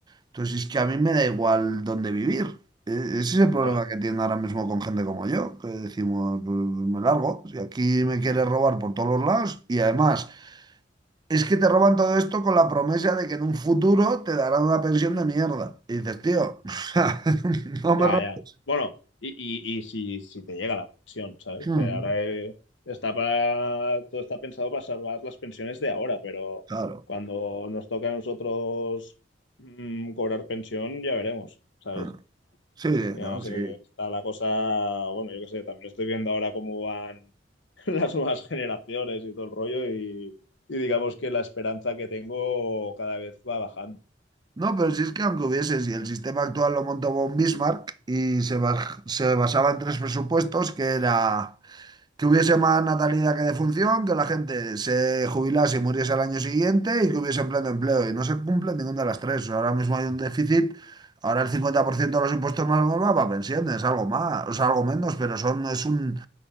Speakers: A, on the right; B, on the left.
A: Entonces es que a mí me da igual dónde vivir. E- Ese es el problema
B: Ya,
A: que tienen ahora mismo con gente como yo, que decimos, "Pues, me largo, si aquí me quieres robar por todos los lados y además... Es que te roban todo esto con la promesa de que en un futuro te darán una pensión de mierda. Y dices, tío, <laughs> o sea, no me
B: ya,
A: robes.
B: ya. Bueno, y, y, y si, si te llega la pensión, ¿sabes?
A: Mm,
B: Que ahora eh, está para, todo está pensado para salvar las pensiones de ahora, pero
A: Claro.
B: cuando nos toca a nosotros mm, cobrar pensión, ya veremos, ¿sabes?
A: Ah, Sí,
B: Y
A: no,
B: además
A: sí.
B: Eh, eh, está la cosa, bueno, yo qué sé, también estoy viendo ahora cómo van <laughs> las nuevas generaciones y todo el rollo y, y digamos que la esperanza que tengo cada vez va bajando.
A: No, pero si es que aunque hubiese, si el sistema actual lo montó von Bismarck y se, baj- se basaba en tres presupuestos, que era que hubiese más natalidad que defunción, que la gente se jubilase y muriese al año siguiente y que hubiese pleno empleo. Y no se cumple ninguna de las tres. Ahora mismo hay un déficit, ahora el 50% de los impuestos más o menos va para pensiones, algo más, o sea, algo menos, pero son, es un